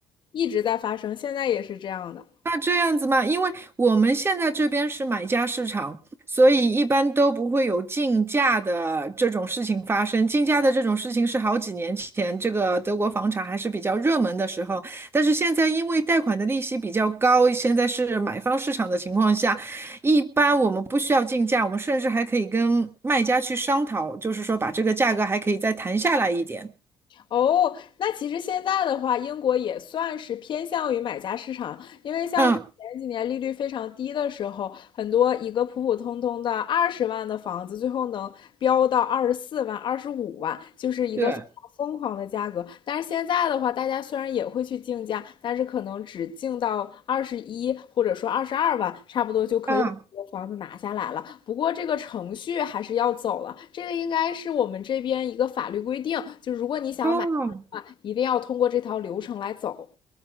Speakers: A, on the left; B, on the right.
A: 一直在发生，现在也是这样的。
B: 那这样子吗？因为我们现在这边是买家市场，所以一般都不会有竞价的这种事情发生。竞价的这种事情是好几年前这个德国房产还是比较热门的时候，但是现在因为贷款的利息比较高，现在是买方市场的情况下，一般我们不需要竞价，我们甚至还可以跟卖家去商讨，就是说把这个价格还可以再谈下来一点。
A: 哦，那其实现在的话，英国也算是偏向于买家市场，因为像是前几年利率非常低的时候，
B: 嗯，
A: 很多一个普普通通的二十万的房子，最后能飙到二十四万、二十五万，就是一个非常疯狂的价格。
B: 对，
A: 但是现在的话，大家虽然也会去竞价，但是可能只竞到二十一或者说二十二万，差不多就可以把这个房子拿下来了。
B: 啊，
A: 不过这个程序还是要走了，这个应该是我们这边一个法律规定，就如果你想买房的话，
B: 哦，
A: 一定要通过这条流程来走。